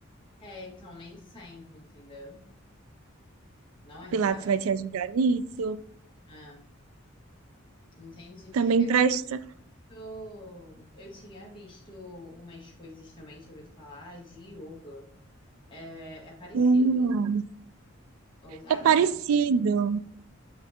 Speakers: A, on the left; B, on the right.
A: é, então nem sempre, entendeu? Não
B: O
A: é reparado.
B: Pilates vai te ajudar nisso.
A: Ah, entendi.
B: Também
A: Eu
B: presta.
A: tinha, eu, eu tinha visto umas coisas também, tinha ouvido falar de yoga. É, é parecido?
B: Hum,
A: Ou, ah,
B: é parecido.
A: não sabe?